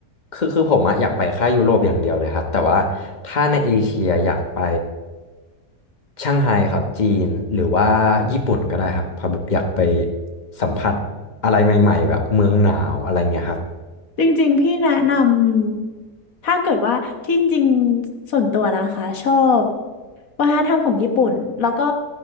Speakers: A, on the left; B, on the left.
A: คือคือผมอะอยากไปแค่ยุโรปอย่างเดียวเลยครับแต่ว่าถ้าในเอเชียอยากไปช่างไฮครับจีนหรือว่าญี่ปุ่นก็ได้ครับเพอแบบอยากไปสัมผัสอะไรใหม่ๆแบบเมืองหนาวอะไรเงี้ยครับ
B: จริงๆพี่แนะนำถ้าเกิดว่าที่จริงๆส่วนตัวนะคะชอบวัฒนธรรมของญี่ปุ่นแล้วก็